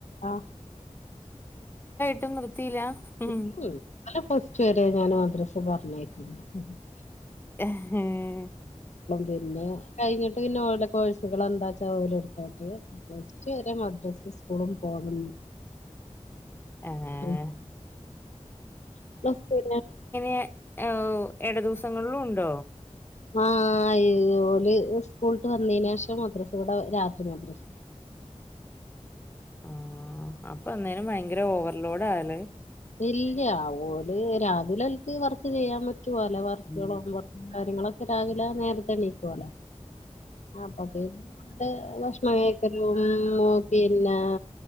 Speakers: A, on the left; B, on the left.
A: ആ
B: <unintelligible> ഉം
A: <unintelligible> ഫസ്റ്റ് വരെ ഞാന് മദ്രസ പറഞ്ഞയ്ക്കും <unintelligible>
B: <unintelligible>
A: പിന്നെ കഴിഞ്ഞിട്ട് പിന്നെ ഓർടെ കോഴ്സുകൾ എന്താച്ചാ ഓരെടുത്തോട്ടെ പ്ലസ് ടു വരെ മദ്രസ് സ്കൂളും പോകും.
B: ആഹ്
A: ഉം <unintelligible>
B: എ ഓ എട ദിവസങ്ങളിലും ഉണ്ടോ
A: ആഹ് ആയി അതോല് സ്കൂളിട്ട് വന്നീനേഷം മദ്രസ വടെ രാ ത്രി മദ്രസ
B: ആഹ് അപ്പൊ അന്നേരം ഭയങ്കര ഓവർലോഡ് ടാലേ
A: ഇല്ല്യാ ഓല് രാ ഓലൊൽക്ക് വർ ക്ക്‌ ചെയ്യാൻ പറ്റുവല്ല വർക്കുകൾ
B: ഉം
A: ഹോം വർ കാര്യങ്ങളൊക്കെ രാവിലെ നേരത്തെ എണീക്കൂവോല്ലോ അപ്പൊ പിന്നെണ്ട് ഭക്ഷണം കഴിക്കലും പിന്നെ